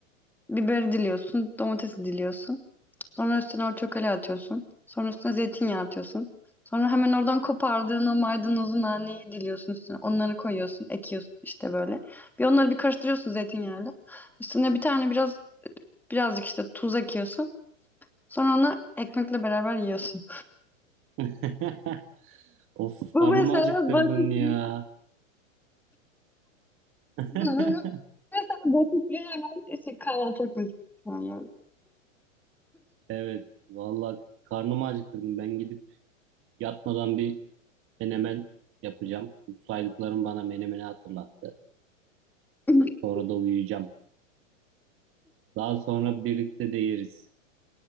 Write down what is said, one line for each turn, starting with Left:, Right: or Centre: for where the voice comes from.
Centre: Biberi diliyorsun, domatesi diliyorsun. Sonra üstüne o çökele atıyorsun. Sonra üstüne zeytinyağı atıyorsun. Sonra hemen oradan kopardığın o maydanozun naneyi diliyorsun üstüne. Onları koyuyorsun, ekiyorsun işte böyle. Bir onları bir karıştırıyorsun zeytinyağıyla. Üstüne bir tane biraz birazcık işte tuz ekiyorsun. Sonra onu ekmekle beraber yiyorsun.
Right: <laughs> Of
Centre: <laughs> Bu
Right: karnımı
Centre: mesela
Right: acıktırdın
Centre: basit
Right: ya.
Centre: bir,
Right: <laughs>
Centre: bu mesela basit bir hemen işte kahvaltılık mesela yani.
Right: Evet vallahi karnımı acıktırdın. Ben gidip yatmadan bir menemen yapacağım. Bu saydıklarım bana menemeni hatırlattı.
Centre: <laughs>
Right: Sonra da uyuyacağım. Daha sonra birlikte de yeriz.